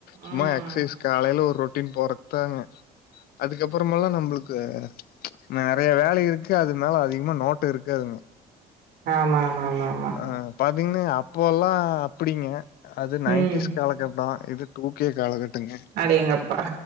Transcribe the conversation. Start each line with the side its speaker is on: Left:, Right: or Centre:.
Left: சும்மா
Right: ம்
Left: எக்சைஸ் காலைல ஒரு ரொட்டீன் போறக்தாங்க அதுக்கப்பறமால நம்புளுக்கு நெறைய வேலை இருக்கு அது மேல அதிகமா நோட்ட இருக்காதுங்க
Right: ஆமா ஆமா ஆமா ஆமா
Left: ஆ பாத்திங்னா அப்போல்லா அப்பிடிங்க அது நைன்டிஸ்
Right: ம்
Left: காலகட்ட இது டூ கே காலகட்டங்க
Right: அடேங்கப்பா